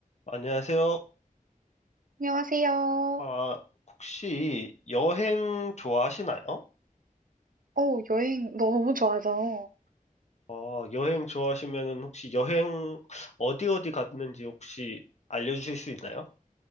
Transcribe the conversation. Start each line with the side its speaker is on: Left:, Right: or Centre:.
Left: 안녕하세요.
Right: 안녕하세요.
Left: 아, 혹시 여행 좋아하시나요?
Right: 어, 여행 너무 좋아하죠.
Left: 어, 여행 좋아하시면은 혹시 여행 어디 어디 갔는지 혹시 알려주실 수 있나요?